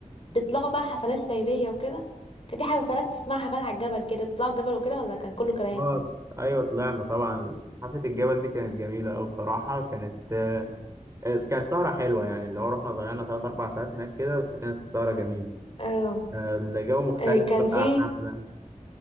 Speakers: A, on the left; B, on the right.
A: بتطلعوا بقى حفلات ليلية وكده كان في حفلات اسمها حفلات على الجبل كده تطلعوا الجبل وكده ولا كان كله كلام
B: اه ايوه طلعنا طبعا حفلة الجبل دي كانت جميلة أوي بصراحة كانت آه، آه، كانت سهرة حلوة يعني اللي هو رحنا ضيعنا تلات أربع ساعات هناك كده بس كانت السهرة جميلة
A: اه
B: آه، الجو مختلف
A: آه، كان
B: بقى
A: في
B: حفلة